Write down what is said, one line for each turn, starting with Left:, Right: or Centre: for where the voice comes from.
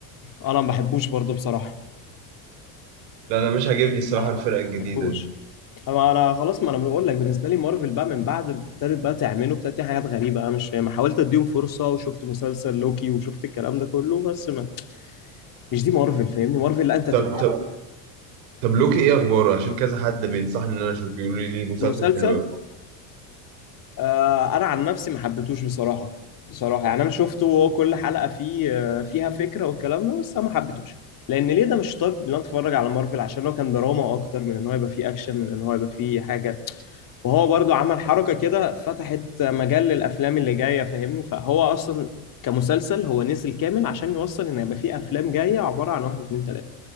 Left: انا ما بحبوش برضه بصراحه
Right: لا انا مش عاجبني الصراحه
Left: انا
Right: الفرقه
Left: ما
Right: الجديده
Left: بحبوش
Right: دي
Left: أما انا خلاص ما انا بقول لك بالنسبه لي مارفل بقى من بعد ابتدت بقى تعمله ابتدت تعمل حاجات غريبه انا مش فاهم حاولت اديهم فرصه وشفت مسلسل لوكي وشفت الكلام ده كله بس ما مش دي مارفل فاهمني مارفل لا انت
Right: طب
Left: تبقى
Right: طب طب لوكي ايه اخباره عشان كذا حد بينصحني ان انا اشوف بيقولوا لي مسلسل
Left: المسلسل
Right: حلو قوي
Left: آه، انا عن نفسي ما حبيتهوش بصراحه بصراحه يعني انا شفته وهو كل حلقه فيه آه، فيها فكره والكلام ده بس انا ما حبيتهوش لان ليه ده مش طيب اللي انا اتفرج على مارفل عشان هو كان دراما اكتر من ان هو يبقى فيه اكشن من ان هو يبقى فيه حاجه وهو برضو عمل حركه كده فتحت مجال للافلام اللي جايه فاهمني فهو اصلا كمسلسل هو نزل كامل عشان يوصل ان يبقى فيه افلام جايه عباره عن واحد اتنين تلاته